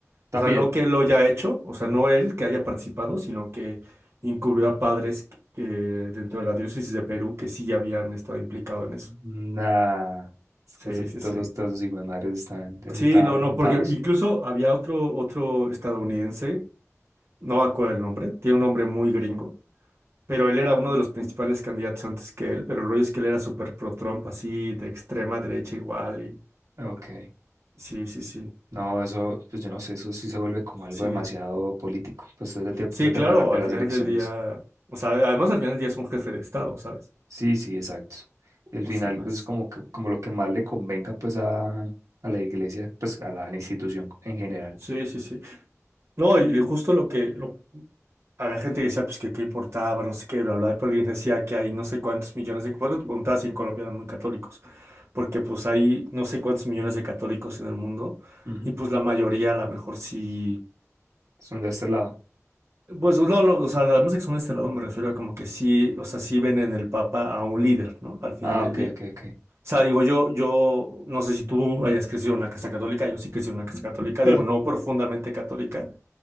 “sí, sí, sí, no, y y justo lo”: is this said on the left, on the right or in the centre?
Right